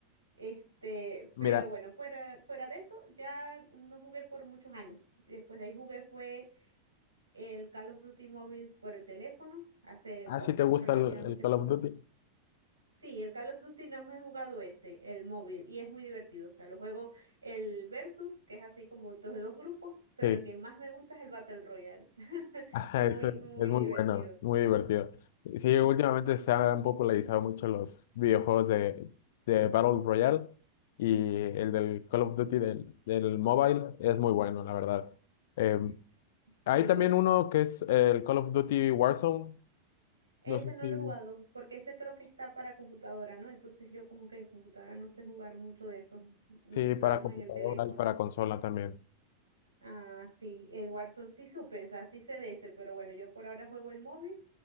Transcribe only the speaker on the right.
Este,
pero bueno, fuera, fuera de eso, ya no jugué por muchos años. Después de ahí jugué fue el Call of Duty móvil por el teléfono, hace
poco,
relativamente
poco.
Sí, el Call of Duty nada más he jugado ese, el móvil, y es muy divertido. O sea, lo juego el Versus, que es así como dos de dos grupos, pero
el que más me gusta es el Battle Royale. <laughs>
Es muy,
muy
divertido.
Ujú.
S- Sí,
ese
no lo he jugado, porque ese creo que está para computadora, ¿no? Entonces yo como que en computadora no sé jugar mucho de eso. Me
gustaba
más
en el teléfono.
Ah, sí, el Warzone sí supe, o sea, sí sé de ese, pero bueno, yo por ahora juego el móvil